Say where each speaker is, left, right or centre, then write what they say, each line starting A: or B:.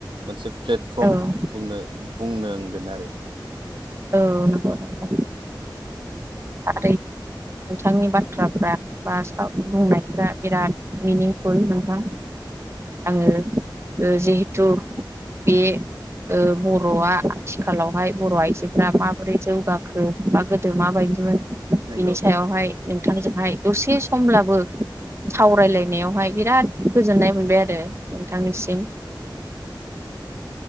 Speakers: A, on the right; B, on the right.
A: मोनसे प्लेटफर्म
B: औ
A: बुंनो बुंनांगोन आरो
B: औ नंगौ नोंथां। आरोारै <unintelligible> नोंथांनि बाथ्राफ्रा बा साब बुंनायफ्रा बिराद मिनिंफुल नोंथां। आङो ओ जिहेथु बे औ बर'आ आथिखालावहाय बर' आइजोफ्रा माबोरै जौगाखो बा गोदो माबायदि बिनि
A: नंगौ
B: सायावहाय नोंथांजोंहाय दसे समब्लाबो सावरायलायनायावहाय बिराद गोजोननाय मोनबाय आरो नोंथांनिसिम